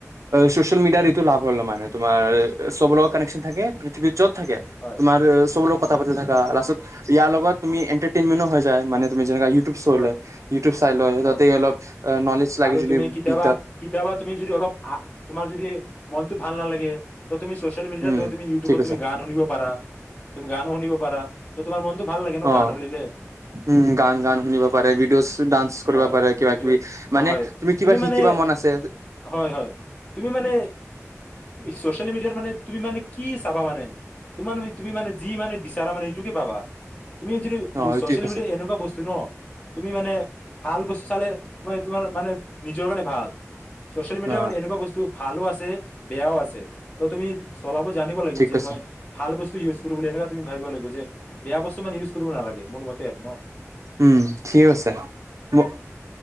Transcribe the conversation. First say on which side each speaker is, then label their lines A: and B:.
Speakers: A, on the right (about 70°); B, on the left (about 25°).
A: ছ'চিয়েল মিডিয়াৰ এইটো লাভ হল মানে তোমাৰ আ, অ, চবৰ
B: হয়
A: লগত কানেকচন থাকে পৃথিৱীৰ য'ত থাকে
B: হয়
A: তোমাৰ চবৰ লগ কথা
B: হয়
A: পা থাকা লাচত'ত ইয়াৰ লগত তুমি এণ্টাৰটেইমেন্ট হৈ যায় মানে যেনেকা ইউ ইউটিউব চলে,
B: হয়
A: ইউটিউব চাই লই
B: হয়
A: তাতে অলপ নলেজ লাগে
B: আৰু
A: যদি
B: তুমি কেতিয়াবা
A: বি
B: কেতিয়াবা তুমি যদি অলপ আহ তোমাৰ যদি মনটো ভাল নালাগে তুমি ছ'চিয়েল মিডিয়াত
A: উম
B: ধৰা ইউটিউবত
A: ঠিক আছে
B: তুমি গান শুনিব পাৰা, তুমি গান শুনিব পাৰা ত' তোমাৰ মনতো ভাল লাগে ন
A: অ
B: গান শুনিলে
A: উম' গান, গান শুনিব পাৰে ভিডিঅ' ডান্স কৰিব
B: হয়
A: পাৰে কিবা
B: ভিডিঅ'ত
A: কিবি
B: হয়
A: মানে তুমি কিবা
B: মানে
A: শিকিবা মন আছে
B: হয়, হয় তুমি মানে ছ'চিয়েল মিডিয়াত মানে তুমি মানে কি চাবা মানে? তোমাৰ মানে তুমি মানে যি মানে বিচাৰা মানে এইটোকে পাবা। তুমি যদি
A: অ এইটোৱে
B: ছ'চিয়েল
A: কৈছে
B: মিডিয়া এনেকুৱা বস্তু ন তুমি মানে ভাল বস্তু চালে মই তোমাৰ মানে নিজৰ কাৰণে ভাল ছ'চিয়েল মিডিয়া
A: অ
B: মানে এনেকুৱা বস্তু তো ভালো আছে বেয়াও আছে ত তুমি চলাব জানিব লাগিব
A: ঠিক
B: যে
A: কৈছে
B: মই ভাল বস্তু ইউজ কৰিবলৈ এনেকুৱা তুমি ভাবিব লাগিব যে বেয়া বস্তু মানে ইউজ কৰিব নালাগে মোৰ মতে আৰু ন
A: উম' থঠক আছে ও'